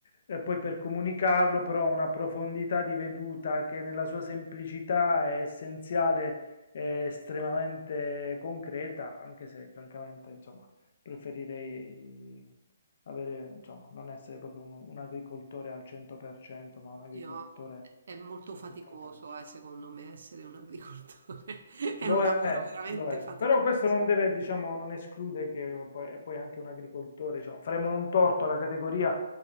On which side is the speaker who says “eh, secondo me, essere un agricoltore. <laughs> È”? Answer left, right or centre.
Right